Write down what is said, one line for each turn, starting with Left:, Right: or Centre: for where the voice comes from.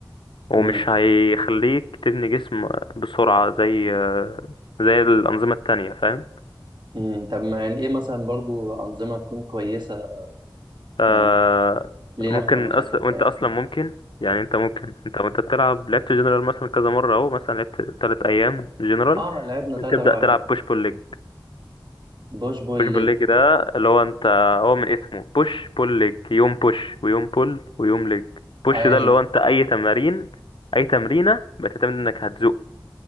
Left: ومش
Right: مم.
Left: هيخليك تبني جسم بسرعه زي آه، زي الانظمه التانية فاهم
Right: مم. طب ما يعني ايه مثلا برضو انظمه تكون كويسه
Left: آه
Right: يعني لينا
Left: ممكن
Right: احنا مثلا
Left: أصل...
Right: كبدايه
Left: وانت اصلا ممكن يعني انت ممكن انت وانت بتلعب لعبت جنرال مثلا كذا مره اهو مثلا لعبت تلات ايام جنرال
Right: اه لعبنا
Left: ممكن
Right: ثلاث
Left: تبدا
Right: اربع
Left: تلعب
Right: ايام
Left: بوش بول ليج
Right: بوش بول
Left: بوش بول
Right: ليج
Left: ليج ده اللي هو انت
Right: مم.
Left: هو من اسمه بوش بول ليج يوم بوش ويوم بول ويوم ليج بوش
Right: اه يعني
Left: ده اللي هو انت اي تمارين اي تمرينه بتعتمد انك هتزق